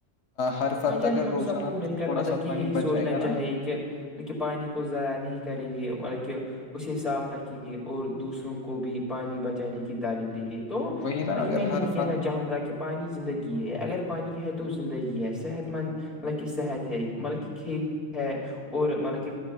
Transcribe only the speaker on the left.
ہر فرد
اگر
روزانا
تو
تھوڑا
سا
پانی
بچائے
گا
نا
وہی نا
اگر
ہر
فرد